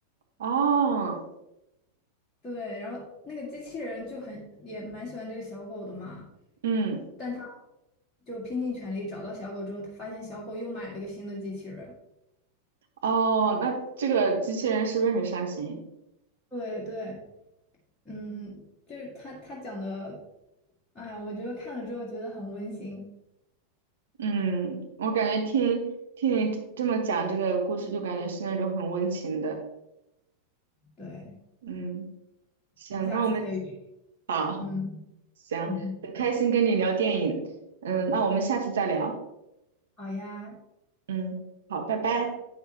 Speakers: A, on the right; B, on the left.
A: 哦，
B: 对，然后那个机器人就很也蛮喜欢这个小狗的嘛，
A: 嗯。
B: 但他就拼尽全力找到小狗之后，他发现小狗又买了个新的机器人。
A: 哦，那这个机器人是不是很伤心？
B: 对对，嗯，就是他他讲的，哎呀，我觉得看了之后觉得很温馨。
A: 嗯，我感觉听听你这么讲这个故事，就感觉是那种很温情的。
B: 对，
A: 嗯，行，
B: 你下次可以去，
A: 那我们好，
B: 嗯，
A: 行，
B: <laughs>
A: 很开心跟你聊电影。嗯，那我们下次再聊。
B: 好呀，
A: 嗯，好，拜拜。
B: 拜拜。